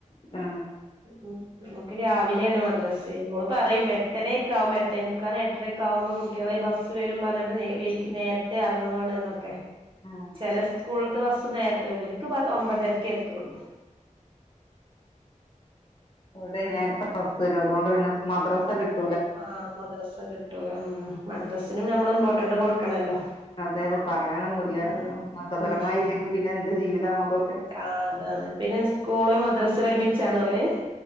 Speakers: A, on the left; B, on the right.
A: ആ
B: ഉം ഓക്ക് രാവിലെയാണ് മദ്രാസെ ഓള് പറയും എട്ടരയക്കാവുമ്പോ എട്ടെമുക്കാല് എട്ടര കാവുമ്പോ ഫു കുട്ടികൾ ബസ്സ് വരും പറഞ്ഞിട്ട് വൈകി നേരത്തെ ഇറങ്ങുവാണ് എന്നൊക്കെ
A: ആഹ് ആഹ്
B: ചെല ളത്തെ ബസ്സ് നേരത്തെ വരുക ഇവരുക്ക് ഒമ്പതരക്ക എത്തുള്ളൂ
A: ഇവിടെ നേരത്തെ ബസ് വരും അതുകൊണ്ട് പിന്നെ മദ്രാസ കിട്ട
B: ആ മദ്രസ്സ കിട്ടുലാ ഉം മദ്രസിനും നമ്മൾ ഇമ്പോർട്ടന്റ് കൊടുക്കണല്ലോ
A: അതെ അതെ പ പറയാനൊന്നുംല്ല
B: ഉം
A: മതപരമായി
B: ഉം
A: ഇല്ലെങ്കിൽ പിന്നെ എന്ത് ജീവിതം നമ്മുക്കൊക്കെ
B: ആഹ് അതാണ് പിന്നെ സ്കൂള് മദ്രാസ ഒരുമിച്ചാണൊ അവര്